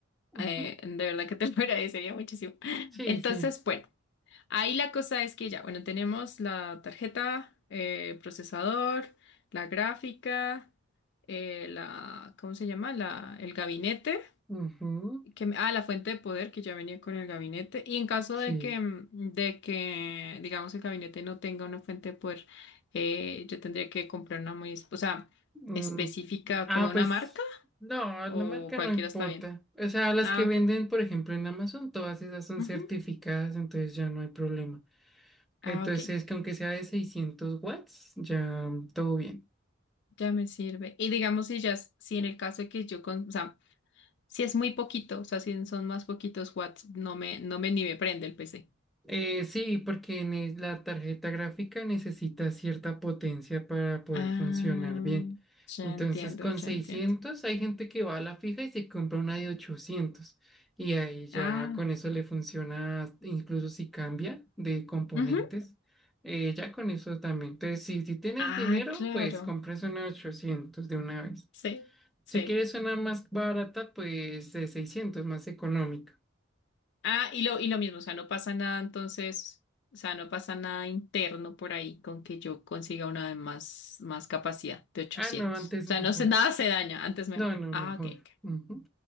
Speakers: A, in the centre; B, on the left.
A: Ujú.
B: eh, de verdad que te lo <laughs> agradecería muchísimo.
A: Sí,
B: Entonces,
A: sí.
B: bueno, ahí la cosa es que ya, bueno, tenemos la tarjeta, eh, procesador, la gráfica, eh, la, ¿cómo se llama? La, el gabinete.
A: Ujú.
B: que ah, la fuente de poder que ya venía con el gabinete. Y en caso
A: Sí.
B: de que, mm, de que, digamos, el gabinete no tenga una fuente de poder, eh, yo tendría que comprar una muy, es- o sea,
A: Mm,
B: específica
A: ah,
B: como una
A: pues
B: marca
A: no,
B: o
A: la marca
B: cualquiera
A: no importa.
B: está bien.
A: O sea, las
B: Ah,
A: que
B: ok.
A: venden, por ejemplo, en Amazon, todas esas son
B: Ujú.
A: certificadas, entonces ya no hay problema.
B: Ah,
A: Entonces,
B: ok.
A: que aunque sea de 600 watts, ya todo bien.
B: Ya me sirve. Y digamos, si ya, es- si en el caso de que yo con, o sea, si es muy poquito, o sea, si son más poquitos watts, no me, no me ni me prende el PC.
A: Eh, sí, porque ne- la tarjeta gráfica necesita cierta potencia para poder
B: Ah,
A: funcionar bien.
B: ya
A: Entonces,
B: entiendo,
A: con
B: ya
A: 600
B: entiendo.
A: hay gente que va a la fija y se compra una de 800. Y ahí ya
B: Ah,
A: con eso le funciona, incluso si cambia de componentes,
B: ujú.
A: eh, ya con eso también. Entonces, si, si tienes
B: Ah,
A: dinero,
B: claro.
A: pues compras una 800 de una vez.
B: Sí, sí.
A: Si quieres una más barata, pues de 600, más económica.
B: Ah, y lo, y lo mismo, o sea, no pasa nada entonces, o sea, no pasa nada interno por ahí con que yo consiga una de más, más capacidad de ochocientos.
A: Ah, no, antes
B: O sea,
A: mejor.
B: no sé, nada se daña, antes mejor.
A: No, no,
B: Ah,
A: mejor.
B: ok, ok.
A: Ujú.